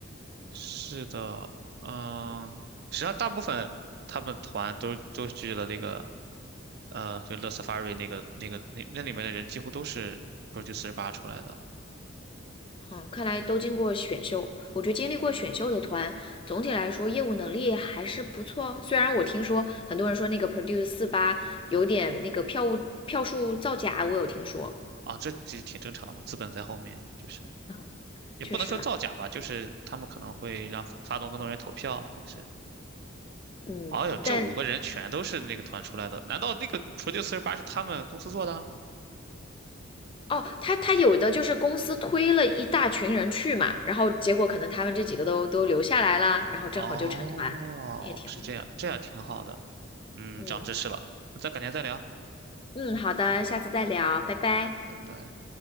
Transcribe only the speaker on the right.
是的，嗯，实际上大部分他们团都都去了那个呃，就乐 Safari 那个那个那那里面的人几乎都是 Produce 四十八出来的
啊，这其实挺正常的嘛，资本在后面，就是
也不能说造假吧，
就是他们可能会让发动更多人投票，但是，
哎呦，这五个人全都是那个团出来的，
难道那个 Produce 四十八是他们公司做的？
哦，
是这样，这样挺好的，嗯，
长知识了，那咱改天再聊，
拜拜拜。